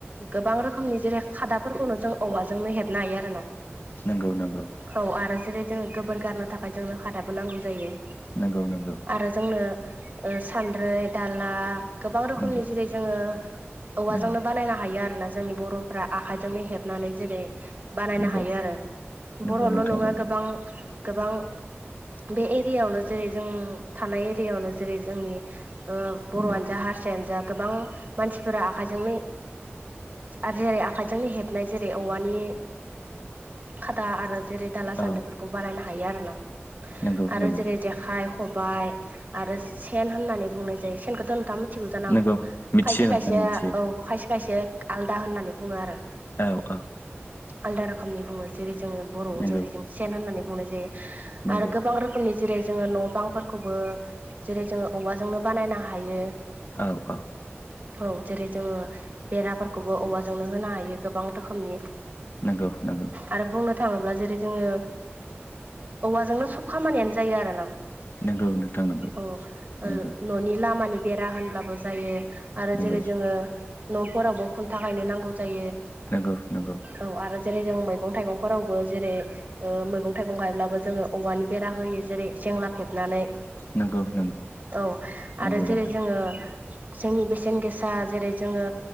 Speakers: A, on the right; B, on the left.
A: गोबां रोखोमनि जेरै खादाफोरखौनो जों औवाजोंनो हेबनो हायो आरो ना
B: नंगौ नंगौ
A: औ आरो जेरै जोङो गोबोर गारनो थाखाय जोंनो खादाबो नांगौ जायो
B: नंगौ नंगौ
A: आरो जोंनो सानद्रै दाला गोबां रोखोमनि
B: नंगौ
A: जेरै जोङो औवाजोंनो
B: नंगौ
A: बानायनो हायो आरोना जोंनि बर'फ्रा आखाइजोंनो हेबनानै जेरै बानायनो
B: नंगौ
A: हायो आरो
B: नंगौ
A: बर'ल'
B: नोंथां
A: नङा
B: नंगौ
A: गोबां गोबां बे एरियायावनो जेरै जों थानाय एरियायावनो जेरै जोंनि बर'आनो
B: नंगौ
A: जा हारसायानो जा गोबां मानसिफोरा आखायजोंनो आरो जेरै आखाइजोंनो हेबनाय जेरै औवानि खादा आरो जेरै दाला सान्द्रिफोरखौ
B: औ
A: बानायनो हायो आरो ना
B: नंगौ
A: आरो
B: नंगौ
A: जेरै जेखाइ खबाय आरो सेन होननानै बुंनाय जायो सेनखौथ नोंथ थिगौ जानांगौ
B: नंगौ मिथियो
A: खायसे
B: नोंथां
A: खायसे
B: मिथियो
A: औ खायसे खायसे आलदा होननानै बुङो आरो
B: औ औ
A: आलदा रोखोमनि बुङो जेरै जोङो बर'आव
B: नंगौ
A: जेरै जों सेन होननानै बुंनाय जायो
B: नंगौ
A: आरो गोबां रोखोमनि जेरै जोङो न' बांफोरखौबो जेरै जोङो औवाजोंनो बानायनो हायो
B: औ औ
A: औ जेरै जोङो बेराफोरखौबो औवाजोंनो होनो हायो गोबां रोखोमनि
B: नंगौ नंगौ
A: आरो बुंनो थाङोब्ला जेरै जोङो औवाजोंनो सब खामानियानो जायो आरो ना
B: नंगौ नोंथां नंगौ
A: औ
B: नंगौ
A: न'नि लामानि बेरा होनब्लाबो जायो आरो
B: नंगौ
A: जेरै जोङो न'फोरावबो खुन्था गायनो नांगौ जायो
B: नंगौ नंगौ
A: औ आरो जेरै जों मैगं थाइगंफोरावबो जेरै मैगं थाइगं गायब्लाबो जोङो औवानि बेरा होयो जेरै सेंला फेब सिबनानै
B: नंगौ नंगौ
A: औ
B: नंगौ
A: आरो जेरै
B: नोंथां
A: जोङो जोंनि बेसेन गोसा जेरै जोङो